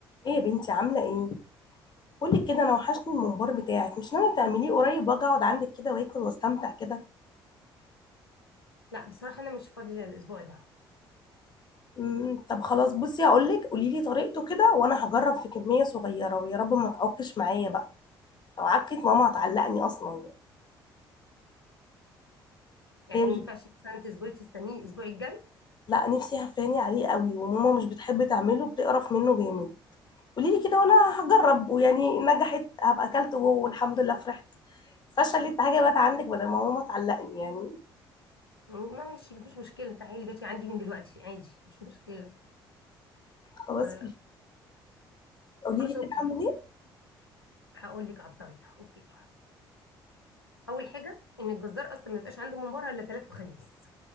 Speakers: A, on the left (about 35°); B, on the left (about 85°).
A: ايه يا بنتي عامله ايه قولي كده انا وحشني الممبار بتاعك مش ناويه تعمليه قريب واجي اقعد عندك كده واكل واستمتع كده
B: لا بصراحة أنا مش فاضية الأسبوع ده
A: امم طب خلاص بصي هقول لك قولي لي طريقته كده وانا هجرب في كميه صغيره ويا رب ما تعكش معايا بقى لو عكت ماما هتعلقني اصلا يعني
B: يعني
A: إيه
B: ما
A: مش...
B: ينفعش مثلا تصبري تستنيني الأسبوع الجاي
A: لا نفسي هفاني عليه قوي وماما مش بتحب تعمله بتقرف منه جامد قولي لي كده وانا هجرب ويعني نجحت هبقى اكلته جوه والحمد لله فرحت فشلت حاجه بقت عندك بدل ما ماما تعلقني يعني
B: ما ماشي مفيش مشكلة تعالي بيتي عندي من دلوقتي عادي مش مشكلة
A: خلاص
B: آه،
A: قولي
B: خلاص
A: لي كده
B: أوكي
A: اعمل ايه
B: هقول لك على الطريقة أوكي أول حاجة إن الجزار أصلا ما يبقاش عنده مباراة إلا تلات وخميس